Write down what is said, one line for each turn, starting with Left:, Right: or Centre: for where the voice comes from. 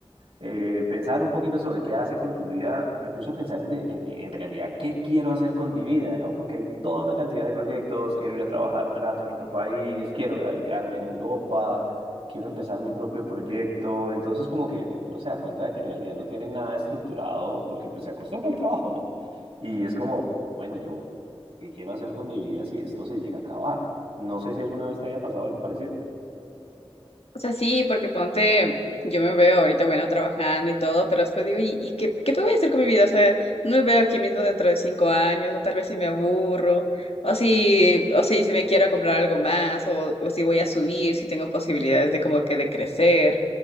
Right: eh, pensar un poquito sobre qué hace con su vida, me puso a pensar en, de- en- en realidad qué quiero hacer con mi vida, ¿no? Porque hay toda una cantidad de proyectos, quiero ir a trabajar un rato en otro país, quiero radicarme en Europa, quiero empezar mi propio proyecto, entonces como que uno se da cuenta de que en realidad no tiene nada estructurado porque pues se acostumbra al trabajo, ¿no? Y es como, bueno, yo, ¿qué quiero hacer con mi vida si esto se llega a acabar? No sé si alguna vez te haya pasado algo parecido.
Left: O sea, sí, porque ponte, yo me veo ahorita, bueno, trabajando y todo, pero después digo, ¿y, y qué, qué voy a hacer con mi vida? O sea, no me veo aquí mismo dentro de cinco años, o tal vez si me aburro, o si, o si, si me quiero comprar algo más, o, o si voy a subir, si tengo posibilidades de como que de crecer